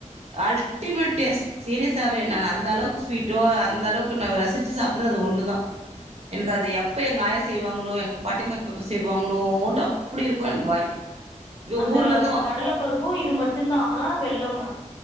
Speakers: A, on the right (about 55°); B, on the left (about 40°).
A: அல்ட்டிமேட்
B: ம்
A: டேஸ்ட் சீரியஸாவே நானந்த அளவுக்கு ஸ்வீட்டோ அந்த அளவுக்கு நா ரசிச்சி சாப்புறதது ஒண்ணுதா எனக்கு அது எப்போ எங்க ஆய செய்வாங்களோ எங்க பாட்டிமப்ப எப்போ செய்வாங்களோ அப்டி இருக்கு எனக்கு வாய் இ
B: அந்த
A: ஊர்ல இருந்து
B: கடல பருப்பு இது மட்டு தா அ வெள்ளமு